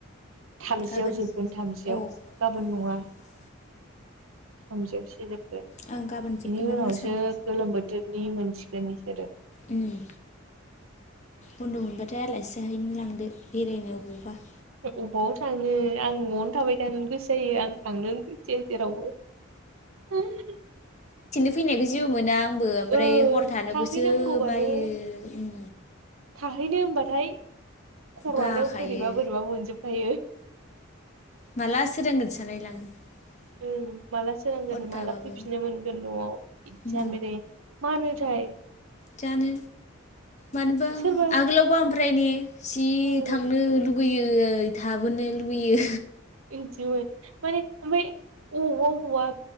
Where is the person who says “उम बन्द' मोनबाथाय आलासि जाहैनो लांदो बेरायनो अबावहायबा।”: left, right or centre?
Left